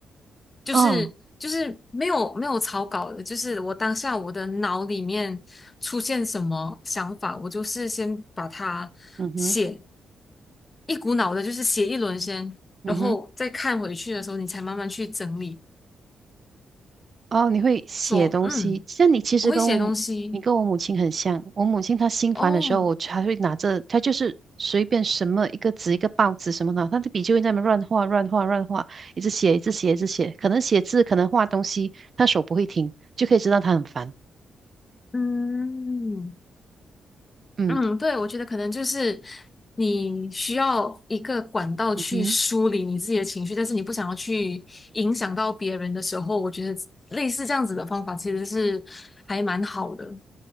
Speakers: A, on the left; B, on the right.
A: 就是就是没有没有草稿的，
B: 啊，
A: 就是我当下我的脑里面出现什么想法，我就是先把它写
B: 嗯哼，
A: 一股脑的，就是写一轮先，
B: 嗯哼。
A: 然后再看回去的时候，你才慢慢去整理，
B: 哦，你会写东西，
A: 说嗯。
B: 像你其实跟我，
A: 我会写东西，
B: 你跟我母亲很像。我母亲她心烦的时候，
A: 哦，
B: 我还会拿着，她就是随便什么一个纸、一个报纸什么的，她的笔就会在那边乱画、乱画、乱画，一直写、一直写、一直写。可能写字，可能画东西，她手不会停，就可以知道她很烦。
A: 嗯
B: 嗯，
A: 嗯，对，我觉得可能就是你需要一个管道去梳理你自己的情绪，
B: 嗯
A: 但是你不想要去影响到别人的时候，我觉得类似这样子的方法其实是还蛮好的。